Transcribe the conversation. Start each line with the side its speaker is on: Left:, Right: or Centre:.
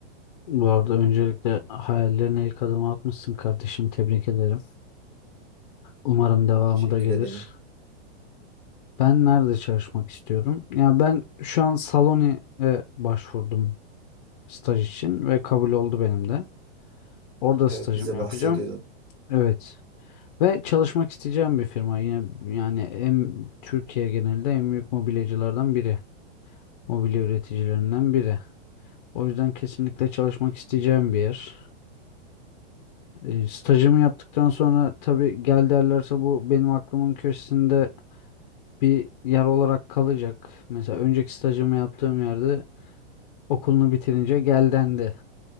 Left: Bu arada öncelikle hayallerine ilk adımı atmışsın kardeşim. Tebrik ederim. Umarım devamı
Right: Teşekkür
Left: da gelir.
Right: ederim.
Left: Ben nerede çalışmak istiyorum? Ya ben şu an Saloni'ye başvurdum staj için ve kabul oldu benim de. Orada stajımı
Right: Evet bize
Left: yapacağım.
Right: bahsediyordun.
Left: Evet. Ve çalışmak isteyeceğim bir firma. Yine yani en Türkiye genelinde en büyük mobilyacılardan biri. Mobilya üreticilerinden biri. O yüzden kesinlikle çalışmak isteyeceğim bir yer. E, Stajımı yaptıktan sonra tabii gel derlerse bu benim aklımın köşesinde bir yer olarak kalacak. Mesela önceki stajımı yaptığım yerde okulunu bitirince gel dendi.